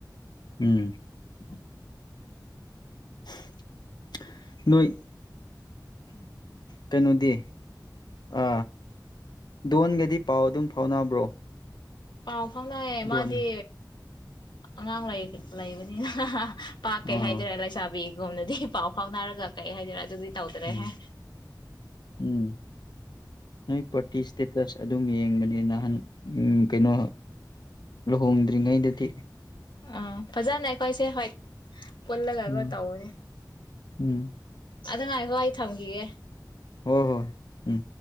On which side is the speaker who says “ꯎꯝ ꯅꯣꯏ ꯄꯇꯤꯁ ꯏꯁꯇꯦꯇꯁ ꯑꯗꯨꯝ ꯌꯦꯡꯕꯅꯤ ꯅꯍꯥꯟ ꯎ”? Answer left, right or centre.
Left